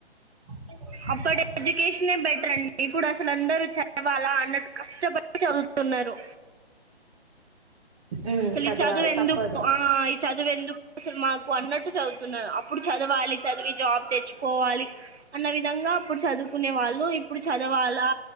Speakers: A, on the right; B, on the right.
A: అ
B: అప్పటి ఎడ్యుకేషనే బెటరె అండి ఇప్పుడు అసలు అందరూ చదవాలా అన్నట్టు కష్టపడి చదువుతున్నారు
A: ఉమ్
B: అసలు
A: చదవాలి
B: ఈ చదువు ఎందుక్
A: తప్పదు
B: ఆ ఈ చదువు ఎందుకు అసలు మాకు అన్నట్టు చదువు అప్పుడు చదవాలి చదివి జాబ్ తెచ్చుకోవాలి అన్న వి విధంగా అప్పుడు చదువుకునే వాళ్ళు ఇప్పుడు చదవాలా